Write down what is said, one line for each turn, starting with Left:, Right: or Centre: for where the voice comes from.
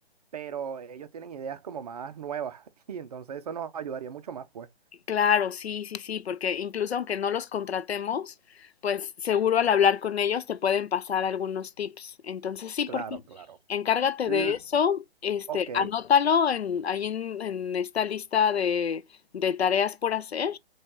Right: pero ellos tienen ideas como más nuevas <laughs> y entonces eso nos ayudaría mucho más pues.
Left: Claro, sí, sí, sí, porque incluso aunque no los contratemos, pues seguro al hablar con ellos te pueden pasar algunos tips. Entonces, sí,
Right: Claro,
Left: por fin,
Right: claro.
Left: encárgate
Right: L-
Left: de eso, este,
Right: ok.
Left: anótalo en, ahí en, en esta lista de, de tareas por hacer.